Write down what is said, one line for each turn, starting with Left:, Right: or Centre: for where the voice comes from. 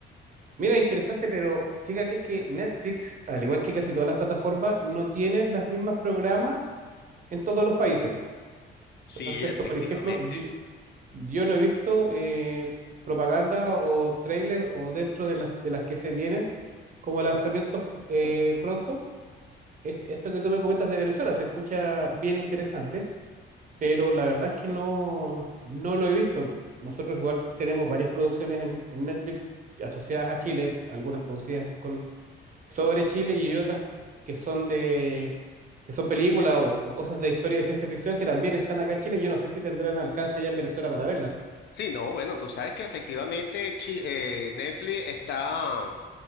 Right: Mira, interesante, pero fíjate que Netflix, al igual que casi todas las plataformas, no tienen las mismas programas en todos los países.
Left: Sí,
Right: Entonces,
Left: efectivamente.
Right: por ejemplo, yo, yo no he visto eh, propaganda o trailer o dentro de las, de las que se vienen como lanzamientos eh, pronto. Es- Esto que tú me comentas de Venezuela se escucha bien interesante. pero la verdad es que no, no lo he visto. Nosotros igual tenemos varias producciones en, en Netflix asociadas a Chile, algunas producidas con, sobre Chile y otras que son de, que son películas o, o cosas de historia de ciencia ficción que también están acá en Chile. Yo no sé si tendrán alcance ya en Venezuela para verlas.
Left: Sí, no, bueno, tú sabes que efectivamente chi- eh, Netflix está,